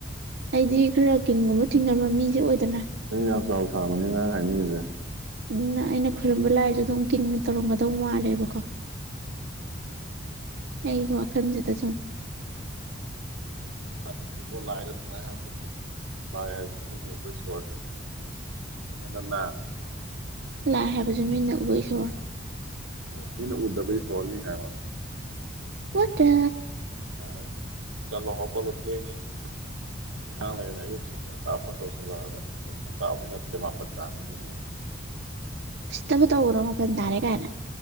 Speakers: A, on the right; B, on the right.
A: ꯑꯩꯗꯤ ꯈꯔ ꯀꯤꯟꯒꯨꯝꯕ ꯊꯤꯡꯉꯝꯕ ꯃꯤꯁꯦ ꯑꯣꯏꯗꯅ
B: ꯅꯪ ꯌꯥꯝ ꯆꯥꯎ ꯁꯥꯕꯅꯤ ꯅꯪ ꯍꯥꯏꯅꯤꯡꯉꯤꯁꯦ
A: ꯎ ꯑꯩꯅ ꯈꯣꯏꯔꯨꯝꯕ ꯂꯥꯏꯁꯨ ꯑꯗꯨꯝ ꯀ ꯇꯧꯔꯝꯒꯗꯧ ꯃꯥꯜꯂꯦꯕꯀꯣ ꯑꯩꯒꯣ ꯋꯥꯈꯟꯁꯦꯗ ꯆꯝ
B: ꯂꯗꯤꯦꯀꯣ ꯂꯥꯏꯔ ꯅꯨꯡꯉꯥꯏ ꯍꯥꯏ ꯐꯠꯇꯦ ꯂꯥꯏ ꯍꯥꯏꯁꯤ ꯅꯨꯃꯤꯅ ꯎꯕꯩ ꯁꯣꯔꯅꯦ ꯅꯪꯉꯦꯅ
A: ꯂꯥꯏ ꯍꯥꯏꯕꯁꯦ ꯃꯤꯅ ꯎꯕ ꯏꯁꯣꯔ
B: ꯑꯣ ꯃꯤ ꯑꯣꯗ ꯀ ꯁꯣꯔꯅꯤ ꯍꯥꯏ ꯋꯥ
A: ꯋꯥꯗ
B: ꯌꯥ ꯆꯠꯂꯣ ꯍꯧꯒꯠꯂꯣ ꯊꯦꯡꯉꯤꯉꯥꯡ ꯂꯩꯔꯅ ꯑꯌꯨꯛ ꯁꯤꯗ ꯉ ꯇꯥꯛꯄ ꯇꯧꯁꯤꯜꯂꯛꯑꯒ ꯑꯩ ꯉ ꯇꯁꯤ ꯅꯠꯇ꯭ꯔꯦ ꯃꯥꯄꯟ ꯇꯥꯅꯤꯅ ꯍꯦꯡꯉ
A: ꯁꯤꯇꯕꯨ ꯇꯧ꯭ꯔꯣ ꯃꯄꯟ ꯇꯥꯔꯦ ꯀꯥꯏꯅ